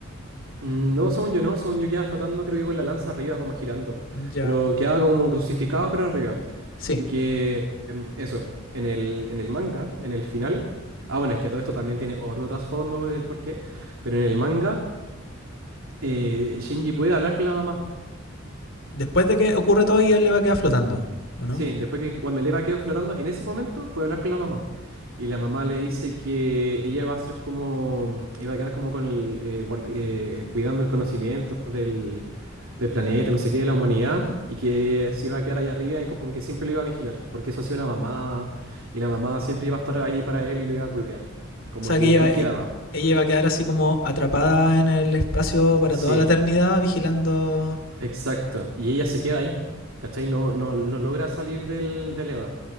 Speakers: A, on the right (about 80°); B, on the left (about 65°).
A: Mm, No, según yo no, según yo quedaba flotando, creo que con la lanza arriba, como girando.
B: Ya.
A: Pero quedaba como crucificado, pero arriba.
B: Sí.
A: Y que em, eso, en el, en el manga, en el final. Ah, bueno, es que a todo esto también tiene otro trasfondo del porqué. Pero en el manga, eh, Shinji puede hablar con la mamá.
B: Después de que ocurre todo y él le va a quedar flotando, ¿o no?
A: Sí, después que cuando el Eva quedó flotando, en ese momento puede hablar con la mamá. Y la mamá le dice que ella va a ser como, iba a quedar como con el, eh, guard- eh, cuidando el conocimiento del, del planeta, no sé qué, de la humanidad, y que se iba a quedar allá arriba y como que siempre lo iba a vigilar, porque eso hacía una mamá, y la mamá siempre iba a estar ahí para él y lo iba a cuidar. Como
B: O sea,
A: que
B: que ella,
A: ahí
B: e-
A: quedaba.
B: ella va a quedar así como atrapada en el espacio para
A: Sí,
B: toda la eternidad, vigilando.
A: Exacto. Y ella se queda ahí, ¿cachai? No, no, no logra salir del, del EVA.